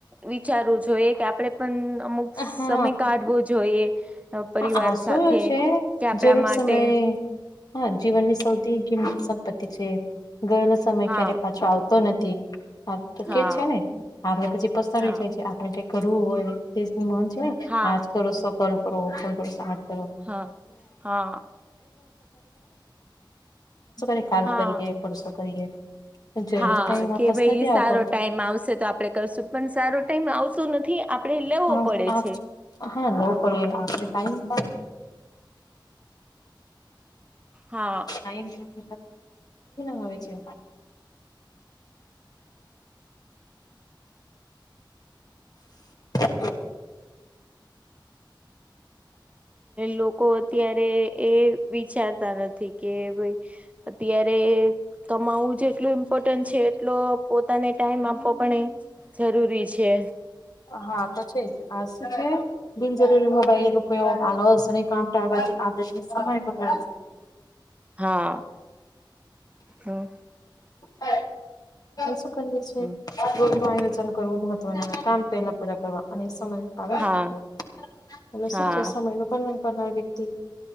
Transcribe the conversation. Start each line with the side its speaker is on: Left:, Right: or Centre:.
Right: વિચારવું જોઈએ કે આપડે પણ અમુક સમય
Left: હા
Right: કાઢવો જોઈએ. પરિવાર
Left: હા આ શું
Right: સાથે
Left: છે
Right: કે આપણા
Left: જરૂર
Right: માટે
Left: સમયે હા જીવનની સૌથી કિંમતી સંપત્તિ છે ઘર સમય
Right: હા
Left: ક્યારેય પાછો આવતો નથી. હા તો
Right: હા
Left: કે છે ને આપને પછી પસ્તાવાનુય
Right: હા
Left: થાય છે. આપણે કૈંક કરવું હોય તે શું મન છે,
Right: હા
Left: આજ કરો સો કલ કરો, <unintelligible> કરો છો આજ કરો.
Right: હા હા
Left: <unintelligible> <inaudible> કાલ
Right: હા
Left: કરીએ, પરસો કરીએ. જેલો
Right: હા,
Left: ટાઈમ વાપસ
Right: કે ભાઈ
Left: નથી
Right: સારો
Left: આવતો
Right: ટાઈમ આવશે, તો આપડે કરશું. પણ સારો ટાઈમ આવતો નથી, આપડે લેવો
Left: હા
Right: પડે છે.
Left: હા લોકોઈ આપણે ટાઈમ <unintelligible>
Right: હા
Left: <inaudible> સારું પડેને <unintelligible> <inaudible> એ પાસે, ચાલુ થોડી ના હોય છે. <inaudible> <inaudible> <inaudible>
Right: લોકો અત્યારે એ વિચારતા નથી કે ભાઈ- -અત્યારે કમાવવું જ છે એટલું એમ- -ઇ્પોર્ટન્ટ છે. એટલો પોતાને ટાઈમ આપવો પણ જરૂરી છે.
Left: હા તો છેજ, આ શું છે? બિનજરૂરી મોબાઈલ ઉપયોગ આલસ ને કામ ટાળવાથી આદર્શની સામય બગાડે છે. <inaudible>
Right: હા હો.
Left: <inaudible> શું કરીએ છીએ
Right: હમ
Left: <unintelligible> કરવું મહત્વના કામ પેલા પૂરા કરવા અને સમય-
Right: હા
Left: <unintelligible>
Right: હા
Left: કરનાર વ્યક્તિ